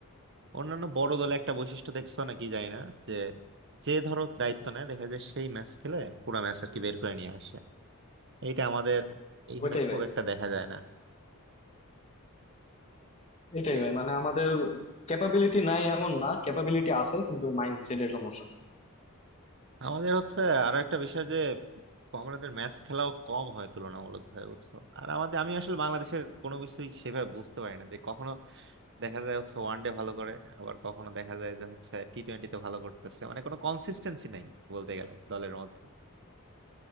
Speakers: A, on the right; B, on the left.
A: অন্যান্য বড় দলে একটা বৈশিষ্ট্য দেখছো নাকি জানি না যে যে ধরো দায়িত্ব নেয় দেখা যায় সেই ম্যাচ খেলে পুরো ম্যাচ আর কি বের করে নিয়ে আসে এইটা আমাদের এইখানে
B: ওইটাই
A: খুব
B: ভাই
A: একটা দেখা যায় না
B: এটাই
A: এ,
B: ভাই মানে আমাদের ক্যাপাবিলিটি নাই এমন না ক্যাপাবিলিটি আছে কিন্তু মাইন্ডসেটের সমস্যা
A: আমাদের হচ্ছে আরো একটা বিষয় যে আমাদের ম্যাচ খেলাও কম হয় তুলনামূলক ভাবে বুঝছো আর আমাদের আমি আসলে বাংলাদেশের কোনো কিছুই সেভাবে বুঝতে পারি না যে কখনো দেখা যায় হচ্ছে ওয়ান ডে ভালো করে আবার কখনো দেখা যায় যে হচ্ছে টি টোয়েন্টিতে ভালো করতেছে মানে কোনো কনসিস্টেন্সি নাই বলতে গেলে দলের মধ্যে